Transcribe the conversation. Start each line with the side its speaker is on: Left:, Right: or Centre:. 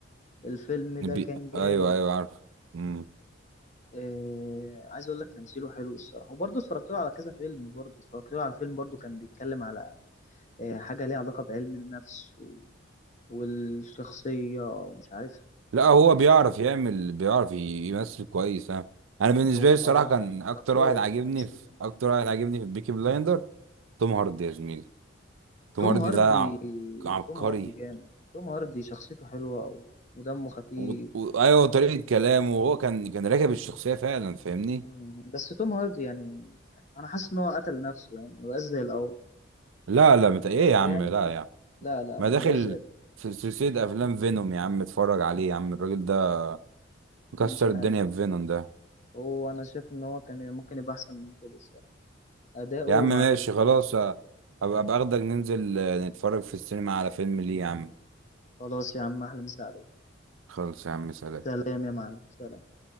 Left: الفيلم ده
Right: بي...
Left: كان جامد
Right: ايوه ايوه عارف مم.
Left: آه... عايز اقول لك تمثيله حلو الصراحه وبرضه اتفرجت له على كذا فيلم برضه اتفرجت له على فيلم برضه كان بيتكلم على آه حاجه ليها علاقه بعلم النفس و... والشخصيه ومش عارف
Right: لا هو بيعرف يعمل بيعرف ي- يمثل كويس ها انا بالنسبه
Left: هو
Right: لي الصراحه كان
Left: امبراطور
Right: اكتر واحد عاجبني
Left: في التمثيل
Right: في اكتر واحد عاجبني في بيكي بلايندر توم هاردي يا زميلي توم
Left: توم
Right: هاردي
Left: هاردي
Right: ده عب- عبقري
Left: توم هاردي جامد توم هاردي شخصيته حلوه أوي. ودمه خفيف
Right: و... و... ايوه طريقه كلامه وهو كان كان راكب الشخصيه فعلا فاهمني
Left: مم. بس توم هاردي يعني يعني انا حاسس ان هو قتل نفسه يعني ما بقاش زي الاول
Right: لا لا مت...
Left: كان
Right: ايه يا
Left: جامد
Right: عم لا يا عم
Left: لا لا
Right: ما
Left: لا
Right: داخل
Left: ما بقاش زي الأول.
Right: في سلسلة افلام فينوم يا عم اتفرج عليه يا عم الراجل ده مكسر
Left: مش عارف
Right: الدنيا في فينوم ده
Left: هو انا شايف ان هو كان ممكن يبقى احسن من كده الصراحه اداؤه
Right: يا عم
Left: ما
Right: ماشي
Left: عجبني
Right: خلاص أ- ابقى باخدك ننزل آه، نتفرج في السينما على فيلم ليه يا عم
Left: خلاص يا عم احلى مسا عليك
Right: خلص يا عم سلام
Left: سلام يا معلم سلام